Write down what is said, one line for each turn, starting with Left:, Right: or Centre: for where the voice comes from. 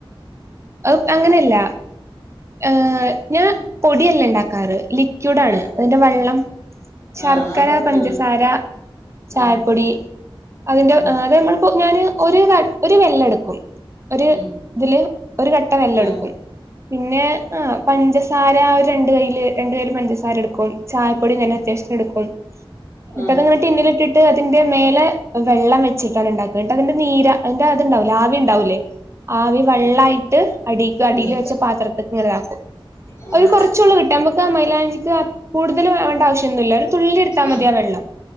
Right: അത് അങ്ങനെയല്ല ആ ഞാൻ പൊടിയല്ല ഉണ്ടാക്കാറ് ലി ക്യൂടാണ്
Left: ആ
Right: അതിന്റെ വെള്ളം ശർക്കര
Left: ആ അത്
Right: പഞ്ചസാര
Left: വെള്ളം
Right: ചായപ്പൊടി
Left: ആ
Right: അതിന്റെ
Left: ആ
Right: അത് നമ്മള് ഇപ്പൊ ഞാന് ഒരു ഒരു വെള്ളം എടുക്കും ഒരു
Left: ഉം
Right: ഇതില് ഒരു കട്ട വെല്ലെടുക്കും
Left: ആ
Right: പിന്നെ- ആ പഞ്ചസാര ആ ഒരു രണ്ട് കയ്യിയില് രണ്ട കയില് പഞ്ചസാര എടുക്കും ചായപ്പൊടി ഞാൻ അത്യാവശ്യത്തിം എടുക്കും എന്നിട്ടത്
Left: ആ
Right: ഇങ്ങനെ ടിന്നിലിട്ടിട്ട് അതിന്റെ മേലെ വെള്ളം വെച്ചിട്ടാണ് ഉണ്ടാക്കുന്നത് എന്നട്ട് അതിന്റെ നീര അന്റെ അത്ണ്ടാവലേ ആവി ഉണ്ടാവൂലെ ആവി വെള്ളായിട്ട് അടിക്ക് അടിൽ
Left: ഉം
Right: വെച്ച പാത്രത്തക്ക ഇങ്ങ ഇതാക്കും
Left: ആഹ്
Right: അവര് കുറച്ചൂള് കിട്ട നമുക്ക് ആ മൈലാഞ്ചിക്ക് കൂടുതൽ വേണ്ട ആവിശ്യം ഒന്നുമല്ല ഒരു തുള്ളില എടുത്താൽ
Left: ആഹ്
Right: മതിയാ വെള്ളം